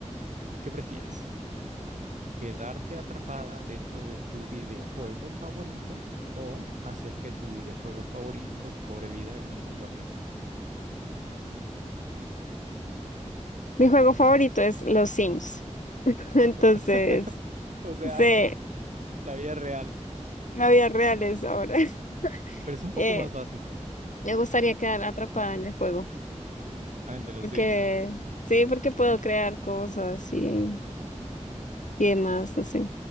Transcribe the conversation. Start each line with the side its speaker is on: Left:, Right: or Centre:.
Right: ¿qué prefieres? quedarte atrapada dentro de tu videojuego favorito o hacer que tu videojuego favorito cobre vida en el mundo real.
Left: Mi juego favorito es Los Sims. <laughs> Entonces,
Right: <laughs> O sea,
Left: sé,
Right: <laughs> la vida real.
Left: la vida real es ahora. <laughs>
Right: Pero es un poco
Left: Eh,
Right: más fácil.
Left: me gustaría quedar atrapada en el juego.
Right: Ah, de los
Left: Porque,
Right: Sims.
Left: sí, porque puedo crear cosas y, y demás, no sé.